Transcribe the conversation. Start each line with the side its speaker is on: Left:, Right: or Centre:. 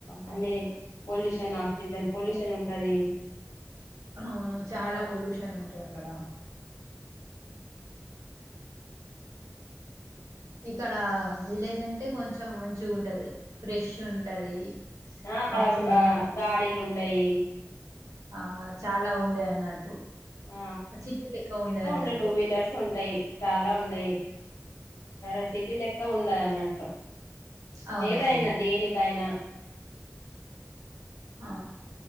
Left: అన్నే పొల్యూషన్ ఆక్సిజన్ పొల్యూషన్ ఉంటది
Right: అవును చాలా పొల్యూషన్ ఉంటది అక్కడ ఇక్కడ విలేజ్ అంటే కొంచెం మంచిగా ఉంటది ఫ్రెష్ ఉంటది
Left: ఆ అక్కడ
Right: ఆక్సిజన్
Left: గా
Right: మంచి
Left: గాడిలు ఉం టయి
Right: ఆ చాలా ఉండే అన్నట్టు
Left: ఆ
Right: సిటీ లెక్క ఉండే
Left: ఎక్కువ
Right: అన్నట్టు
Left: ఉండ టూ వీలర్స్ ఉంటాయి చాలా ఉండయి ఆ సిటీలు ఎక్కువ ఉండదు అన్నట్ పెట్ట
Right: అవునవును
Left: ఏదైనా దేనికైనా
Right: ఆ